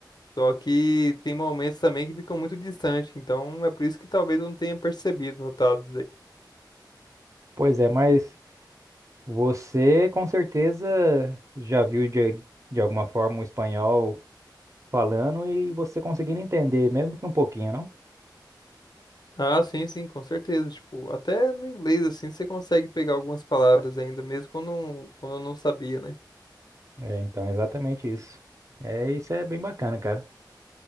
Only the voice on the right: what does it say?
Pois é, mas você com certeza já viu de, de alguma forma o espanhol falando e você conseguindo entender, mesmo que um pouquinho, não?
É, então, exatamente isso. É, isso é bem bacana, cara.